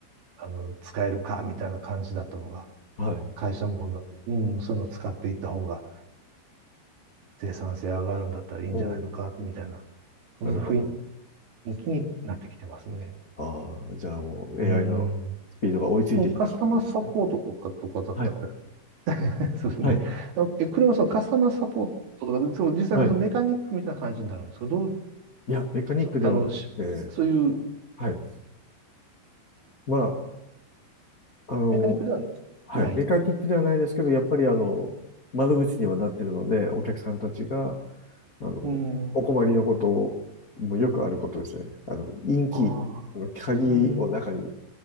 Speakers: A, on the right; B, on the left.
A: あの、使えるかみたいな感じだったのが、
B: はい。
A: 会社も、うん、そういうのを使っていった方が生産性上がるんだったらいいんじゃないのか、
B: おー、
A: みたいな、そんな雰
B: なるほど。
A: 囲気になってきてますね。
B: ああ、じゃあもう
A: うん。
B: AI のスピードが追いついてきた感じなんですね。
A: カスタマーサポートとかとかだったら、
B: はい、
A: <laughs> そうですね。
B: はい、
A: あの、え、車はそのカスタマーサポートとか、その実際にそのメカニックみたいな感じになるんですけど、
B: はい。
A: どう、
B: いや、メカニックではなくて、
A: そあの、しそういう
B: はい。まあ、あの、
A: メカニックでは
B: はい。
A: ない。
B: メカニックではないですけど、やっぱりあの、窓口にはなってるので、お客さんたちが、あの、
A: うん。
B: お困りのこともよくあることですね。
A: あ
B: あの、インキー、
A: あ、
B: あの、鍵を中に
A: うん。